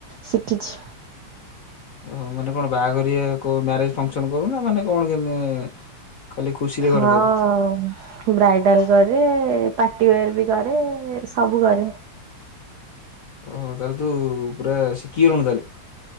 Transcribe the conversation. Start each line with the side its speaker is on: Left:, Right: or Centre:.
Right: ସିକିଚି।
Left: ହଉ ମାନେ କଣ ବାହାଘରିଆ କୋଉ ମ୍ୟାରେଜ ଫଙ୍କସନ କରୁନା ନା ମାନେ କଣ କେମିତି? ଖାଲି ଖୁସିରେ
Right: ହଁ
Left: ଘର କରୁ?
Right: ବ୍ରାଇଡାଲ କରେ ପାଟି ୱେର ବି କରେ ସବୁ କରେ।
Left: ଓହୋ ତାହେଲେ ତୁ ପୁରା ସିକିଗଲୁଣି ତାହଲେେ?